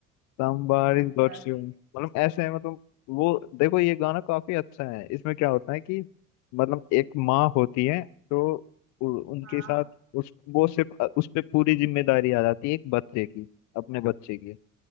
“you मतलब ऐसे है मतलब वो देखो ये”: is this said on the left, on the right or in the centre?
Left